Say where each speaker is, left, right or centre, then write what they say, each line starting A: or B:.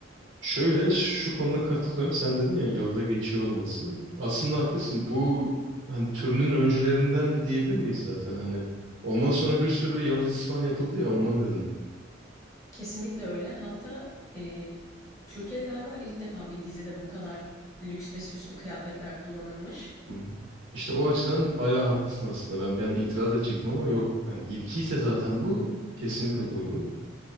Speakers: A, on the right (about 80°); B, on the left (about 20°).
A: Şöyle şu konuda katılıyorum. Sen dedin ya yolda geçiyor olması. Aslında haklısın. Bu hani türünün öncülerinden de diyebilir miyiz zaten? Hani ondan sonra bir sürü böyle yalı dizisi falan yapıldı ya ondan dedim.
B: Kesinlikle öyle. Hatta e, Türkiye'de galiba ilk defa bir dizide bu kadar lüks ve süslü kıyafetler kullanılmış.
A: Hmm. İşte o açıdan bayağı haklısın aslında. Ben ben itiraz edecektim ama yok. Yani ilkiyse zaten bu kesinlikle doğru.